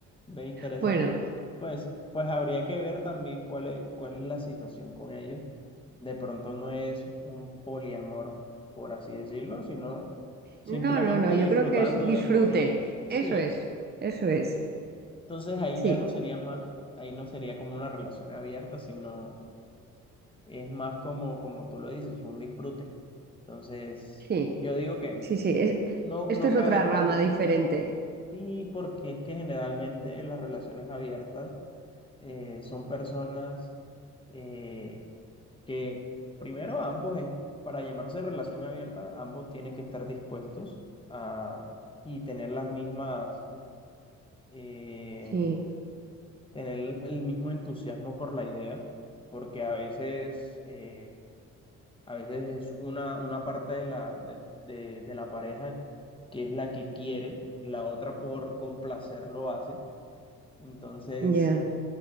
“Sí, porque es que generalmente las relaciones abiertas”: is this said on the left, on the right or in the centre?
Left